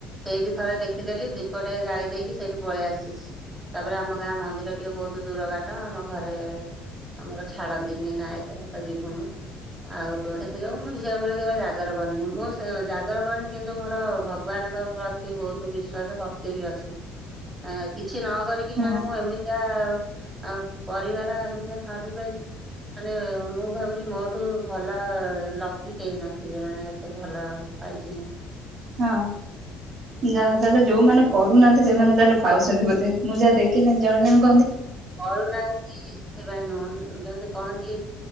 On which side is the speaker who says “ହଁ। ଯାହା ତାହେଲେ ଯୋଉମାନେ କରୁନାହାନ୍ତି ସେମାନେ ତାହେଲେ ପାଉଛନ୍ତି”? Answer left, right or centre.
Right